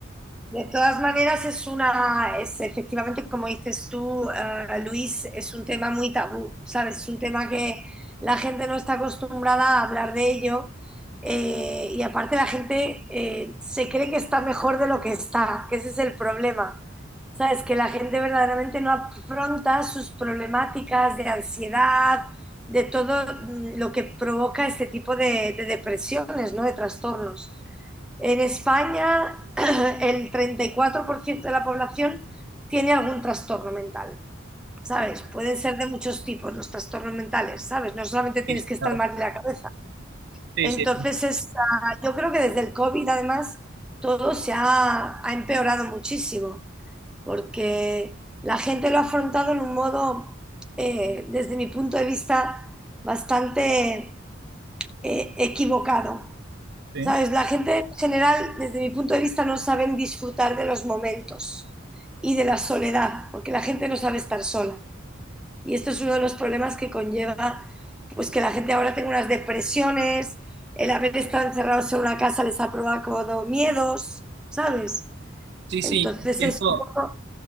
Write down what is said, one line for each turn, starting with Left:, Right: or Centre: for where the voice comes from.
Centre: de todas maneras es una, es efectivamente como dices tú, eh, Luis, es un tema muy tabú, ¿sabes? Es un tema que la gente no está acostumbrada a hablar de ello eh, y aparte la gente eh, se cree que está mejor de lo que está, que ese es el problema, ¿sabes? Que la gente verdaderamente no afronta sus problemáticas de ansiedad, de todo mm, lo que provoca este tipo de, de depresiones, ¿no? De trastornos. En España, <clears throat> el 34% de la población tiene algún trastorno mental, ¿sabes? Pueden ser de muchos tipos los trastornos mentales, ¿sabes? No solamente tienes
Right: Sí,
Centre: que estar
Right: claro.
Centre: mal de la cabeza.
Right: Sí,
Centre: Entonces,
Right: sí,
Centre: es, ah, yo creo que desde el COVID, además, todo se ha, ha empeorado muchísimo, porque la gente lo ha afrontado en un modo, eh, desde mi punto de vista, bastante eh, equivocado.
Right: sí.
Centre: ¿Sabes? La gente en general, desde mi punto de vista, no saben disfrutar de los momentos y de la soledad, porque la gente no sabe estar sola. Y esto es uno de los problemas que conlleva pues que la gente ahora tenga unas depresiones, el haber estado encerrados en una casa les ha provocado miedos, ¿sabes?
Right: Sí, sí,
Centre: Entonces
Right: entiendo,
Centre: es un poco...